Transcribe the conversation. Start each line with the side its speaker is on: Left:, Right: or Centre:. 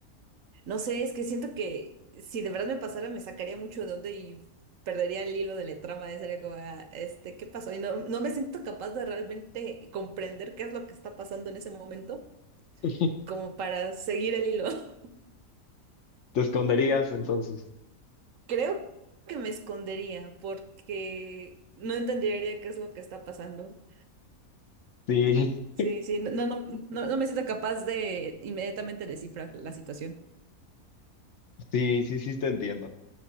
Right: no sé, es que siento que si de verdad me pasara me sacaría mucho de onda y perdería el hilo de la trama. eh, Sería como, ah, este, ¿qué pasó? Y no, no me siento capaz de realmente comprender qué es lo que está pasando en ese momento,
Left: <laughs>
Right: como para seguir el hilo. <laughs>
Left: Te esconderías entonces.
Right: Creo que me escondería porque no entendería qué es lo que está pasando.
Left: Sí,
Right: Sí, sí, no, no, no, no no me siento capaz de inmediatamente descifrar la situación.
Left: <laughs> sí, sí, sí, te entiendo.